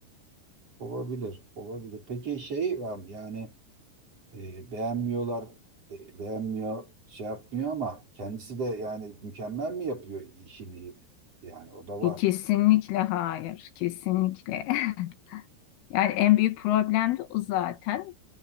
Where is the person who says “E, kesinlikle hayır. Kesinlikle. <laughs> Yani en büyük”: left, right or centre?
Left